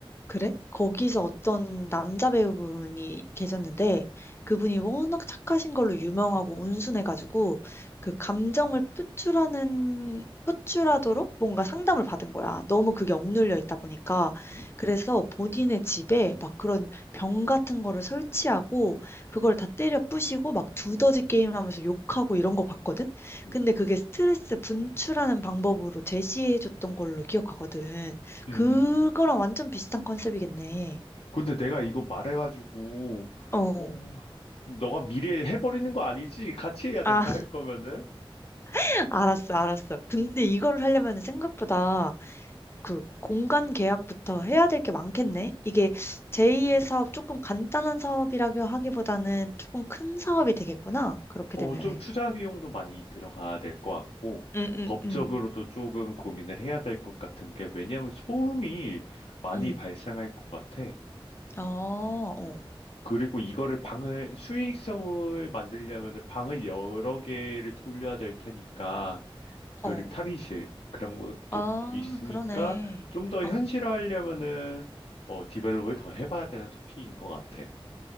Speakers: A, on the left; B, on the left.
A: 그래? 거기서
B: 음,
A: 어떤 남자 배우분이 계셨는데 그분이 워낙 착하신 걸로 유명하고 온순해가지고 그 감정을 표출하는 표출하도록 뭔가 상담을 받은 거야. 너무 그게 억눌려 있다 보니까
B: 음,
A: 그래서 본인의 집에 막 그런 병 같은 거를 설치하고 그걸 다 때려 부시고 막 두더지 게임하면서 욕하고 이런 거 봤거든.
B: 음.
A: 근데 그게 스트레스 분출하는 방법으로 제시해 줬던 걸로 기억하거든.
B: 음.
A: 그거랑 완전 비슷한 컨셉이겠네.
B: 근데 내가 이거 말해가지고,
A: 어.
B: 어, 너가 미리 해버리는 거 아니지? 같이 해야 된다
A: 아,
B: 할 거면은,
A: <laughs> 알았어, 알았어. 근데
B: 어,
A: 이거를 하려면 생각보다 그 공간 계약부터 해야 될 게 많겠네. 이게 제2의 사업, 조금 간단한 사업이라고 하기보다는 조금 큰 사업이 되겠구나. 그렇게
B: 어,
A: 되면은.
B: 좀 투자 비용도 많이 들어가야 될 것 같고,
A: 응 응
B: 법적으로도
A: 응.
B: 조금 고민을 해야 될 것 같은 게, 왜냐하면 소음이 많이
A: 음.
B: 발생할 것 같아.
A: 어, 어,
B: 그리고 이거를 방을 수익성을 만들려면 방을 여러 개를 돌려야 될 테니까 그리고
A: 어.
B: 탈의실 그런 것도
A: 아,
B: 있으니까
A: 그러네.
B: 좀 더
A: 어.
B: 현실화하려면은 어, 디벨롭을 더 해봐야 되는 토픽인 것 같아.